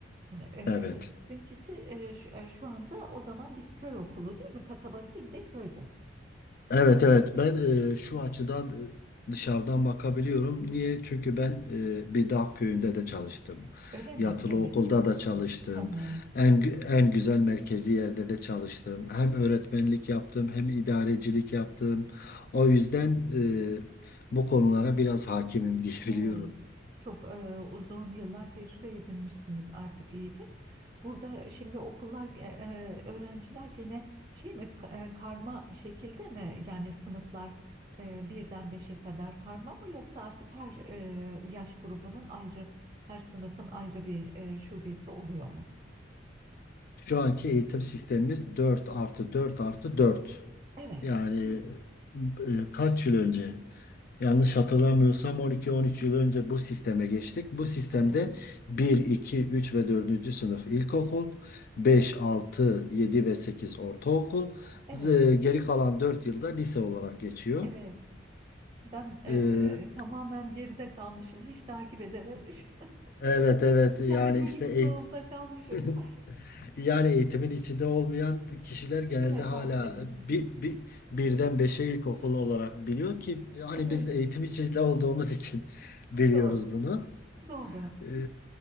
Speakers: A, on the right (about 25°); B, on the left (about 50°).
A: Eee,
B: Evet.
A: sizinkisi eee, şu eee, şu anda o zaman bir köy okulu değil mi? Kasaba değil de köyde.
B: Evet evet ben e, şu açıdan e, dışarıdan bakabiliyorum. Niye? Çünkü ben e, bir dağ köyünde de çalıştım.
A: Öyle mi?
B: Yatılı
A: Evet.
B: okulda da çalıştım.
A: Aha,
B: En gü- en güzel merkezi yerde de çalıştım. Hem öğretmenlik yaptım hem idarecilik yaptım. O yüzden e, bu konulara biraz hakimim <laughs> diyebiliyorum.
A: evet. Çok eee, uzun yıllar tecrübe edinmişsiniz artık iyice. Burada şimdi okullar, eee, öğrenciler gene şey mi ka- eee, karma şekilde mi? Yani sınıflar eee, birden beşe kadar karma mı yoksa artık her eee, yaş grubunun ayrı, her sınıfın ayrı bir eee, şubesi oluyor mu?
B: Şu anki eğitim sistemimiz 4 artı 4 artı 4.
A: Evet,
B: Yani e, kaç yıl önce? Yanlış hatırlamıyorsam 12-13 yıl önce bu sisteme geçtik. Bu sistemde
A: evet,
B: bir, 2, 3 ve dördüncü sınıf ilkokul, 5, 6, 7 ve 8 ortaokul,
A: evet.
B: z- geri kalan 4 yılda lise olarak geçiyor.
A: Evet. Ben e,
B: Ee,
A: e, tamamen geride kalmışım. Hiç takip edememişim. <laughs>
B: evet evet yani
A: Kendi çocukluğumda
B: işte eğitim.
A: kalmışım.
B: <laughs>
A: <laughs>
B: Yani eğitimin içinde olmayan kişiler genelde
A: Değil mi?
B: hala
A: Takip edeyim.
B: bir, bir, birden beşe ilkokul olarak biliyor ki hani
A: Evet,
B: biz de eğitim içinde olduğumuz için <laughs> biliyoruz
A: doğru.
B: bunu.
A: Doğru.
B: Ee,